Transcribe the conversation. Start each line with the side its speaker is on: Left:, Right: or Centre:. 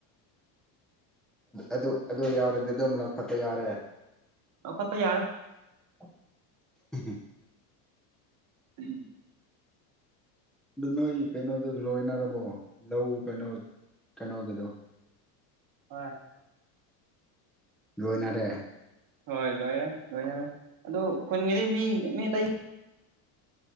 Centre: ꯑꯗꯨ ꯑꯗꯨ ꯌꯥꯎꯔꯗꯤ ꯑꯗꯨꯝ ꯂꯧꯈꯠꯄ ꯌꯥꯔꯦ
Right: ꯂꯧꯈꯠꯄꯥ ꯌꯥꯔꯦ
Centre: <unintelligible>
Right: ꯎꯝ
Centre: ꯑꯗꯨ ꯅꯣꯏꯒꯤ ꯀꯩꯅꯣꯗꯨ ꯂꯣꯏꯅꯔꯕꯣ ꯂꯧ ꯀꯩꯅꯣ ꯀꯩꯅꯣꯒꯤꯗꯣ
Right: ꯍꯣꯏ
Centre: ꯂꯣꯏꯅꯔꯦ
Right: ꯍꯣꯏ ꯂꯣꯏꯔꯦ ꯂꯣꯏꯅꯔꯦ ꯑꯗꯨ ꯈꯨꯟꯒꯤꯗꯤ ꯃꯤ ꯃꯤ ꯑꯇꯩ